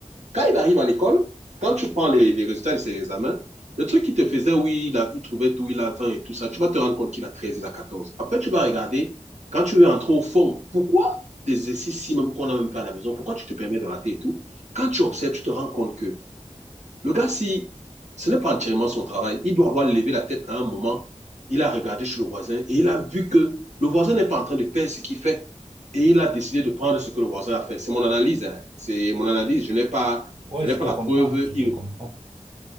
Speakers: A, on the right; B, on the right.
A: quand il arrive à l'école, quand tu prends les, les résultats de ses examens, le truc qu'il te faisait, oui, il, a, il trouvait tout, il a 20 et tout ça, tu vas te rendre compte qu'il a 13, il a 14. Après, tu vas regarder, quand tu veux entrer au fond, pourquoi des exercices si même qu'on n'a même pas à la maison, pourquoi tu te permets de rater et tout Quand tu observes, tu te rends compte que le gars, si ce n'est pas entièrement son travail, il doit avoir levé la tête à un moment, il a regardé chez le voisin et il a vu que le voisin n'est pas en train de faire ce qu'il fait. Et il a décidé de prendre ce que le voisin a fait. C'est mon analyse. hein. C'est mon analyse. Je n'ai pas,
B: Ouais,
A: je
B: je
A: n'ai pas
B: te
A: la
B: comprends,
A: preuve
B: je te
A: irréfutable
B: comprends.